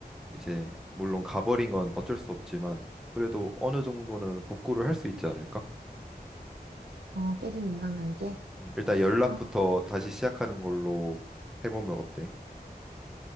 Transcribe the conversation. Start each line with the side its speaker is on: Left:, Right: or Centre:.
Centre: 이제 물론 가버린 건 어쩔 수 없지만 그래도 어느 정도는 복구를 할 수 있지 않을까?
Right: 어, 깨진 인간관계.
Centre: 음, 일단 연락부터
Right: 아,
Centre: 다시 시작하는 걸로 해보면 어때?